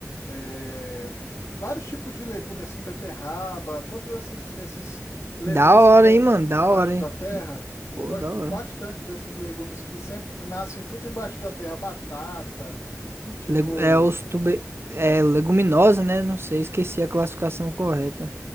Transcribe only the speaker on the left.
é, vários tipos de legumes assim, beterraba, todos esses, esses legumes
que dão
embaixo
da terra. Eu
gosto
bastante desses legumes que sempre que nascem tudo embaixo da terra, batata, tipo,